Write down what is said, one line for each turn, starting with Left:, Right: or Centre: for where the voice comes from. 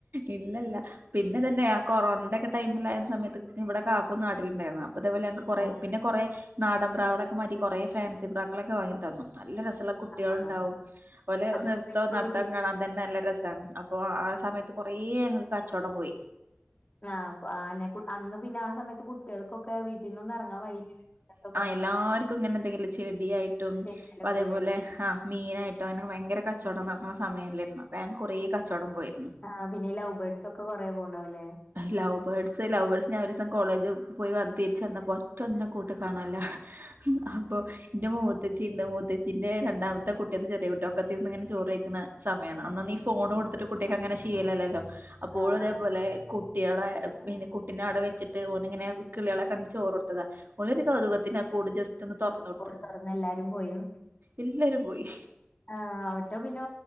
Right: ഇല്ലല്ല പിന്നെ തന്നേ കൊറോണന്റൊക്കെ ടൈമിലായ്ന്ന സമയത്ത് ഇവടെ കാക്കും നാട്ടില് ഇണ്ടായിരുന്നു അപ്പ ഇതേ പോലേ കൊറേ
Left: ആഹ്
Right: പിന്നെ കൊറേ നാടൻ പ്രാവേളൊക്കെ മാറ്റി കൊറേ ഫാൻസി പ്രാക്കെളൊക്കെ വാങ്ങി തന്നു നല്ല രസള്ള കുട്ട്യേള്ണ്ടാവും
Left: ആഹ്
Right: ഓലെ
Left: അപ്പൊ
Right: നിർത്തോം
Left: നിക്കൊക്കെ
Right: നടത്തോക്കെ
Left: ചെയ്യും
Right: കാണാൻ തന്നെ നല്ലെ രസാണ് അപ്പോ ആ സമയത്ത് കൊറേ ഞങ്ങക്ക് കച്ചോടം പോയി
Left: ആഹ് ആന്നെ അന്ന് പിന്നെ ആ സമയത്ത് കുട്ട്യേൾക്കൊക്കെ വീട്ടിൽന്നൊന്നും എറങ്ങാൻ വഴീല്ലല്ലോ
Right: എല്ലാർക്കുങ്ങനെന്തെങ്കിലും ചെടിയായിട്ടും
Left: ചെയ്യലൊക്കെല്ലേ
Right: അതേ പോലെ ആഹ് മീനായിട്ടും അങ്ങനൊക്കെ ഭയങ്കെരെ ക കച്ചോടം നടക്ക്ണ് സമയല്ലേർന്നോ പ്പം ങ്ങ് കൊറേ കച്ചോടം പോയീർ.
Left: ആഹ് പിന്നെ ഈ ലൗ ബേർഡ്സൊക്കെ കൊറേ പോക്ണ്ടാവൂല്ലേ?
Right: ലൗബ് ബേഡ്സ് ലൗ ബേർഡ്സ് ഞാ ഒരോസം കോളേജ് പോയി വ തിരിച്ചന്നപ്പോ ഒറ്റൊന്നിനും കൂട്ടീ കാണല്ലാ ഹ് ഹപ്പോ ന്റെ മൂത്തച്ചിണ്ട് മൂത്തച്ചിന്റെ രണ്ടാമത്തെ കുട്ട്യന്ന് ചെറിയ കുട്ട്യാ ഒക്കത്തിതിരുന്ന്ങ്ങന ചോറ് കഴിക്ക്ണ സമയാണ് അന്നൊന്നീ ഫോണ് കൊടുത്തിട്ട് കുട്ട്യേക്കങ്ങനെ ശീലല്ലല്ലോ അപ്പോയിതേപോലെ
Left: ആഹ് ആഹ്
Right: കുട്ട്യേളെ പിന്നെ കുട്ടിനെ അവിടെ വെച്ചിട്ട് ഓനിങ്ങനെ കിള്യേളെ കണ്ട് ചോറൊട്ത്തതാ ഓനൊര് കൗതുകത്തിനാ കൂട് ജസ് ചെന്ന് തൊറന്നോ
Left: കൂട് തൊറന്നെല്ലാരും പോയോ?
Right: എല്ലാരും പോയി.
Left: ആഹ് അവറ്റോ പിന്നെ